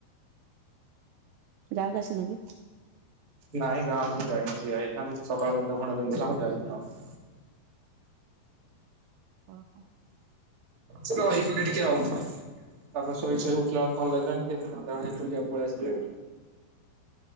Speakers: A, on the right; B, on the right.
A: ଗାଁକୁ ଆସିନକି।
B: ନାଇଁ ଗାଁକୁ ଯାଇନି ଯାଇଥାନ୍ତି ସକାଳୁ ମୁଣ୍ଡ ଫୁଣ୍ଡ ବିନ୍ଧିଲା ଆଉ ଯାଇନି ଆଉ।
A: ଓ ହୋ।
B: ମୋ ରହିଗଲେ ଟିକେ ଆଉ। ତାପରେ ଶୋଇ ସୋଇ ଉଠିଲା ବେଳକୁ ଭଲ ଲାଗିଲାନି ଟିକେ ସନ୍ଧ୍ୟା ବେଳେ ବୁଲିବାକୁ ପଳେଇ ଆସିଲି ଆଉ।